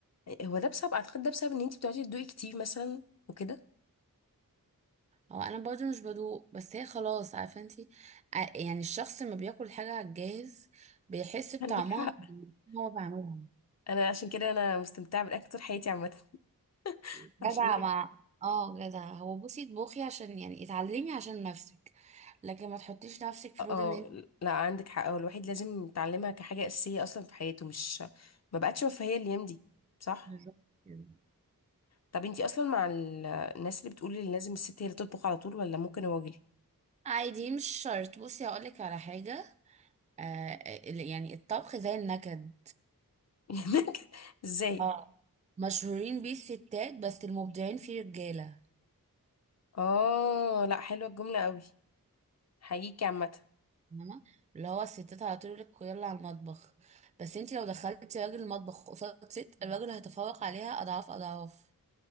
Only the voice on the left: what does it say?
هو ده بسبب اعتقد ده بسبب ان انتي بتقعدي تدوقي كتير مثلا وكده
عندك حق
انا عشان كده انا مستمتعه بالاكل طول حياتي عامه <laughs>
عشان
اه
لا عندك حق هو الواحد لازم يتعلمها كحاجة أساسية أصلا في حياته مش ما بقتش رفاهية الأيام دي صح
طب انتي أصلا مع ال- الناس اللي بتقول ان لازم الست هي اللي تطبخ على طول ولا ممكن الراجل
<laughs> ازاي
اه لا حلوة الجملة قوي حقيقي عامة